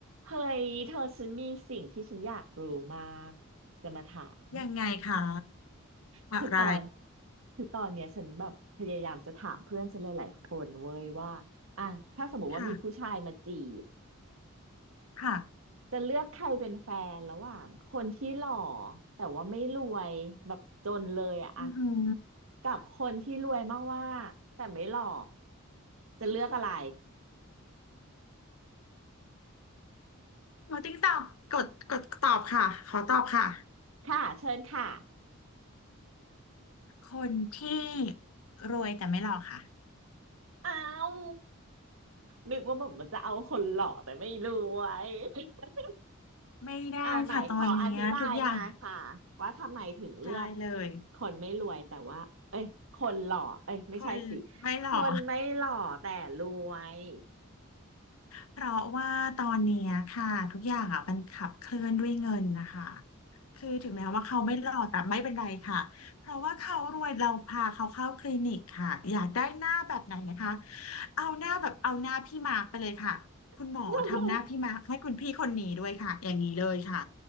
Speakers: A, on the right; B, on the left.
A: เฮ้ยเธอฉันมีสิ่งที่ฉันอยากรู้มากจะมาถาม
B: ยังไงคะ
A: คือตอน
B: อะไร
A: คือตอนเนี้ยฉันแบบพยายามจะถามเพื่อนฉันหลายๆคนเว้ยว่าอ่ะถ้าสมมติว่ามีผู้ชายมาจีบ
B: ค่ะค่ะ
A: จะเลือกใครเป็นแฟนระหว่างคนที่หล่อแต่ว่าไม่รวยแบบจนเลยอะอะ
B: อือหือ
A: กับคนที่รวยมากๆแต่ไม่หล่อจะเลือกอะไร
B: ขอติ๊งตอบกดกดตอบค่ะขอตอบค่ะ
A: ค่ะเชิญค่ะ
B: คนที่รวยแต่ไม่หล่อค่ะ
A: อ้าว นึกว่าผมมันจะเอาคนหล่อแต่ไม่รวย <laughs>
B: ไม่ได้ค่ะตอนเนี้ยทุกอย่าง
A: อ่าไหนขออธิบายมาค่ะว่าทำไมถึงเลือก
B: ได้เลย
A: คนไม่รวยแต่ว่าเอ้ยคนหล่อเอ้ยไม่ใช่สิคนไม่หล่อแต่รวย
B: คนไม่หล่อ เพราะว่าตอนเนี้ยค่ะทุกอย่างอ่ะมันขับเคลื่อนด้วยเงินนะคะคือถึงแม้ว่าเขาไม่หล่อแต่ไม่เป็นไรค่ะเพราะว่าเขารวยเราพาเขาเข้าคลินิกค่ะอยากได้หน้าแบบไหนนะคะเอาหน้าแบบเอาหน้าพี่มาร์คไปเลยค่ะคุณหมอทำหน้าพี่มาร์คให้คุณพี่คนนี้ด้วยค่ะอย่างนี้เลยค่ะ
A: <laughs>